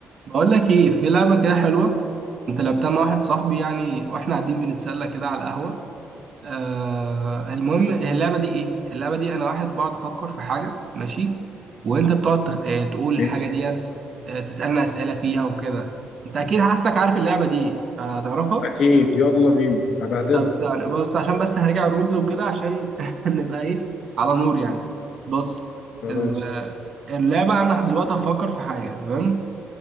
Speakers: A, on the right; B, on the left.
A: بقول لك ايه في لعبه كده حلوه انت لعبتها مع واحد صاحبي يعني واحنا قاعدين بنتسلى كده على القهوه آه المهم هي اللعبه دي ايه اللعبه دي انا واحد بقعد افكر في حاجه ماشي وانت بتقعد تخ... آه تقول الحاجه
B: ماشي
A: ديت آه تسالنا اسئله فيها وكده انت اكيد حاسك عارف اللعبه دي هتعرفها
B: أكيد يلا بينا هبهدلك
A: طب استنى بص عشان بس هرجع الرولز وكده عشان <laughs> نبقى ايه على نور يعني بص
B: خلاص
A: ال- اللعبه انا دلوقتي هفكر في حاجه تمام